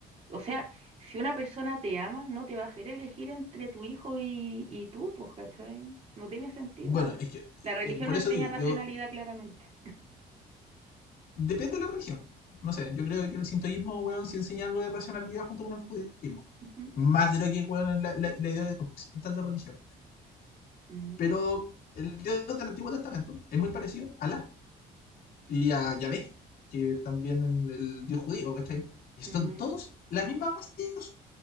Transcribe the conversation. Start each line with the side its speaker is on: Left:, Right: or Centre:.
Right: O sea, si una persona te ama, no te va a hacer elegir entre tu hijo y, y tú, pues, ¿cachai? No tiene sentido.
Left: bueno, es que,
Right: La religión
Left: eh, por
Right: no enseña
Left: eso digo,
Right: racionalidad
Left: yo,
Right: claramente.
Left: depende de la religión. No sé, yo creo que el sintoísmo, weón, sí enseña algo de racionalidad junto con el budismo.
Right: Ujú.
Left: Más de lo que, weón, es la, la, la idea occidental de religión.
Right: Mm,
Left: Pero el dios del Antiguo Testamento es muy parecido a Alá. y a Yahvé, que también en el dios judío, ¿cachai? Y
Right: ujú,
Left: son todos las mismas bases,